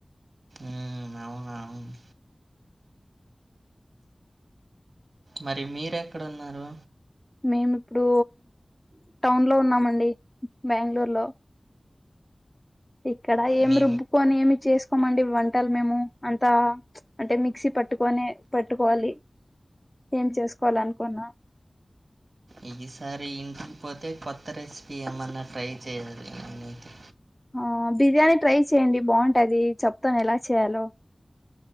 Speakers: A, on the right (about 85°); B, on the left (about 15°).
A: ఊమ్ నవునవును మరి మీరేక్కడున్నారు
B: మేమ్ ఇప్పుడు టౌన్ లో ఉన్నామండి బెంగళూర్ లో ఇక్కడ ఏమ్
A: మీ
B: రుబ్బుకోని ఏమి చేసుకోమండి వంటల్ మేము అంతా అంటే మిక్సీ పట్టుకొనే పట్టుకోవాలి ఏం చేసుకోవాలనుకున్నా
A: ఈగిసారి ఇంటికి పోతే కొత్త రెసిపీ ఏమన్నా ట్రై చేయాలి నేనైతే
B: ఆ బిర్యానీ ట్రై చె్యండి బావుంటది చెప్తాన్ ఎలా చేయాలో